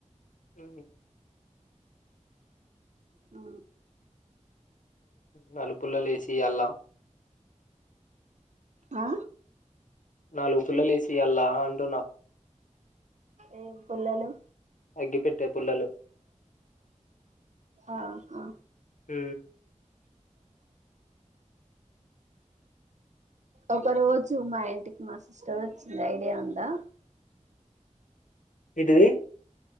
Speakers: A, on the left; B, on the right.
A: అ
B: ఆ
A: నలుపుల్లలు వేసి అలా
B: ఆ
A: నాలుగు పుల్లలు వేసి అల్లా అంటున్నా
B: ఏం పుల్లలు
A: అగ్గి పెట్టే పుల్లలు
B: ఆహా
A: ఊ
B: ఒక రోజు మా ఇంటికి మా సిస్టర్ వచ్చింది ఐడియా ఉందా
A: ఏంటిది